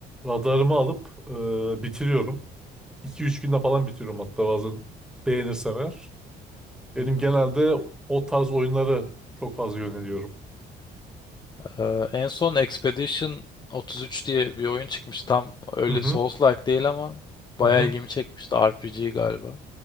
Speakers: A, in the centre; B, on the left (about 25°).
A: radarımı alıp e, bitiriyorum. 2 üç günde falan bitiriyorum hatta bazen beğenirsem eğer. Benim
B: Hı hı.
A: genelde o tarz oyunları çok fazla yöneliyorum.
B: Ee, en son Expedition 33 diye bir oyun çıkmış. Tam öyle
A: Hı hı.
B: Souls-like değil ama
A: Hı
B: bayağı
A: hı.
B: ilgimi çekmişti. RPG galiba.